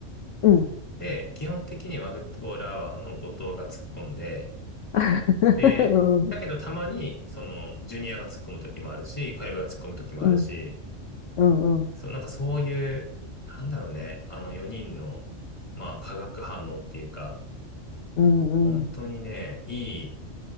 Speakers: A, on the left; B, on the left.
A: うん。
B: で、基本的にはフットボールアワーの後藤が突っ込んで、
A: <laughs>
B: で、だけどたまに、その、ジュニアが突っ込む時もあるし、小籔が突っ込む時もあるし、
A: うん、うん、うん、うん、
B: そう、なんかそういう、なんだろうね、あの4人の、まあ、化学反応っていうか、
A: うん、
B: 本当にね、
A: うん。
B: いい、